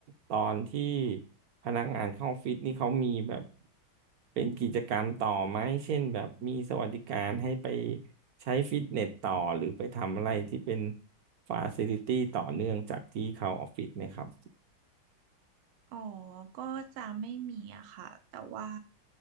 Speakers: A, on the right (about 65°); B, on the right (about 85°).
A: ตอนที่พนักงานเข้าออฟฟิศนี่เขามีแบบเป็นกิจกรรมต่อไหมเช่นแบบมีสวัสดิการให้ไปใช้ฟิตเนสต่อหรือไปทำอะไรที่เป็นฟาซิลิตี้ต่อเนื่องจากที่เขาออฟฟิศไหมครับ
B: อ๋อก็จะไม่มีอะค่ะแต่ว่า